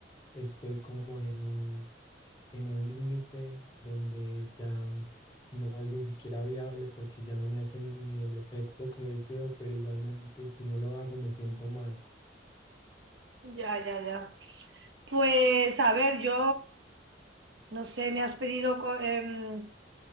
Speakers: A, on the left; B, on the right.
A: estoy como en un, en un límite donde ya no es ni siquiera viable porque ya no me hace ni el efecto que deseo, pero igualmente si no lo hago me siento mal.
B: Ya, ya, ya. Pues a ver, yo no sé, me has pedido, co- em,